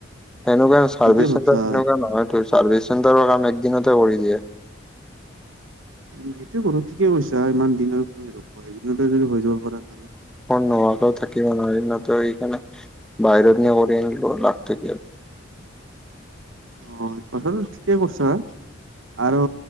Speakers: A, in the centre; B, on the right.
A: সনেকুৱা চাৰ্ভিচ
B: ঠিকে ভাবছা।
A: চেণ্টাৰ তেনেকুৱা নহয়। ত, চাৰ্ভিচ চেটাৰৰ কাম একদিনতে কৰি দিয়ে।
B: উ, সেইটোয়ে কৰো ঠিকে কৈছা ইমান দিন আৰু কোনে ৰ'ব সেইদিনতে যদি হৈ যাব পৰা কাম।
A: নোহাকও থাকিব ন এই নতো এইখে বাহিৰত ন কৰি আনিলো লাগ্ত কি
B: অ, কথাটো ঠিকেই কছ হ আৰু।